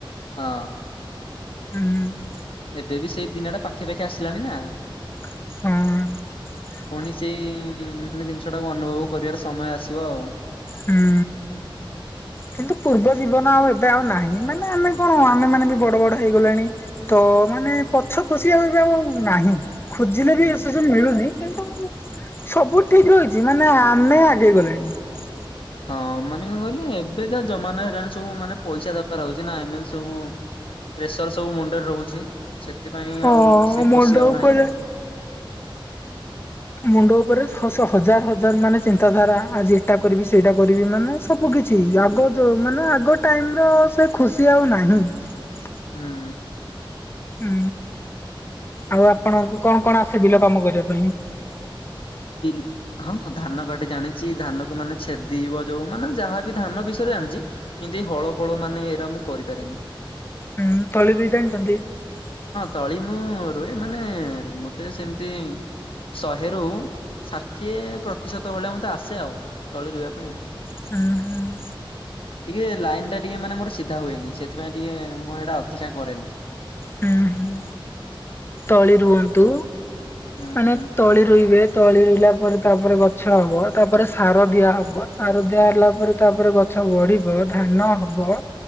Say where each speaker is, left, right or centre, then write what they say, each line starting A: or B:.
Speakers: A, on the left; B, on the left.
A: ହଁ।
B: ହୁଁ ହଁ <inaudible>
A: ଏବେ ବି ସେଇ ଦିନଟା ପାଖା ପାାଖି ଆସିଲାଣି ନା
B: ହଁ <inaudible>
A: ପୁଣି ସେଇ ମାନେ ଜିନିଷଟାକୁ ଅନୁଭବ କରିବାର ସମୟ ଆସିବ ଆଉ।
B: ହୁଁ କିନ୍ତୁ ପୂର୍ବ ଜୀବନ ଆଉ ଏବେ ଆଉ ନାହିଁ। ମାନେ ଆମେ
A: ଉଁ
B: କଣ ଆମେ ମାନେ ବି ବଡ ବଡ ହେଇଗଲାଣି। ତ ମାନେ ପଛ ଖୋସିବା ପାଇଁ ନାହିଁ। ଖୋଜିଲେ ବି
A: ଉଁ
B: ଏସ ସବୁ ମିଳୁନି କିନ୍ତୁ ସବୁ ଠିକ୍ ରହିଛି ମାନେ ଆମେ ଆଗେଇ ଗଲେଣି ।
A: ହଁ ମାନେ କଣ କହିଲେ ଏବେ ଯା ଜମାନା ହେଲାଣି ସବୁ ମାନେ ପଇସା ଦରକାର ହଉଛି ନା ଏମେ ସବୁ ପ୍ରେସର୍ ସବୁ ମୁଣ୍ଡରେ ରହୁଛି । ସେଥିପାଇଁ
B: ହଁ
A: ଆଉ ସେ
B: ମୁଣ୍ଡ
A: ଖୁସି ଆଉ
B: ଉପରେ
A: ନାହିଁ ଆଉ ।
B: ମୁଣ୍ଡ ଉପରେ ହସେ ହଜାର ହଜାର ମାନେ ଚିନ୍ତାଧାରା ଆଜି ଏଟା କରିବି ସେଇଟା କରିବି ମାନେ ସବୁ କିିଛି ଆଗ ଯୋ ମାନେ ଆଗ ଟାଇମ ର ସେ ଖୁସି ଆଉ ନାହିଁ ।
A: ହୁଁ ।
B: ହୁଁ ଆଉ ଆପଣଙ୍କୁ କଣ କଣ ଆସେ ବିଲ କାମ କରିବା ପାଇଁ ।
A: ବି ହଁ ଧାନ କାଟି ଜାଣି ଛି ଧାନ କୁ ମାନେ ଛେଦିବ ଯଉ ମାନେ ଯାହାବି ଧାନ ବିଷୟରେ ଜାଣିଛି କିନ୍ତୁ ଏ ହଳ ଫଳ ମାନେ ଏଇରା ମୁଁ କରିପାରେନି ।
B: ହୁଁ ତଳିରୁଇ ଜାଣିଚନ୍ତି ।
A: ତଳି ମୁଁ ରୁଏ ମାନେ ମତେ ସେମିତି ଶହେରୁ ଷାଠିଏ ପ୍ରତିଶତ ଭଳିଆ ମତେ ଆସେ ଆଉ ତଳି ରୁଇବା ପାଇଁ ଆଉ ।
B: ହୁଁ ହୁଁ ।
A: ଟିକେ ଲାଇନ ଟା ଟିକେ ମାନେ ମୋର ସିଧା ହୁଏନି ସେଥିପାଇଁ ଟିକେ ମୁଁ ସେଇଟା ଅଧିକା କରେନି ।
B: ହୁଁ ହୁଁ ତଳି ରୁଅନ୍ତୁ
A: ହୁଁ
B: ମାନେ ତଳି ରୋଇବେ ତଳି ରୋଇଲା ପରେ ତାପରେ ଗଛ ହବ ତାପରେ ସାର ଦିଆହବ ସାର ଦିଆହଲା ପରେ ତାପରେ ଗଛ ବଢିବ ଧାନ ହବ